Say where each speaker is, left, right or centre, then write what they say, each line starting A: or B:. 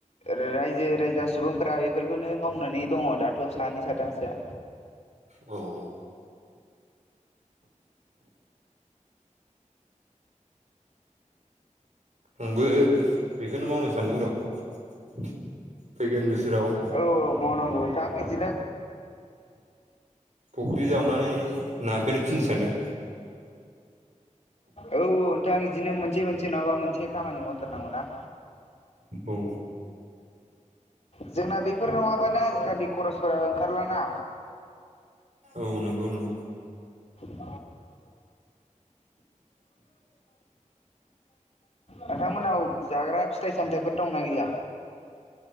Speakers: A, on the left (about 55°); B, on the right (about 65°).
A: रायजो राजा सुबुंफोरा बेफोरखौनो मावनानै दङ' दाथ' सानै साथामसोआ।
B: औ। आबो बेखौनो मावनो सानदों र' फैगोन बोसो राव
A: औ मावनांगौ नोथां इदिनो।
B: फुख्रि जावनानै नाखोनो फिनो सानदों।
A: औ नोंथां इदिनो मोनसे मोनसे नङाबा मोनसे खामानि मावथारनांगौ ना।
B: औ
A: जोंना बेफोर नङाबाना आजिखालि खरसफोरा ओंखारलाना।
B: औ नंगौ नंगौ।
A: औ। <unintelligible> नोंथांमोननाव जाग्रा- फिथाइ सामथाइफोर दंना गैला।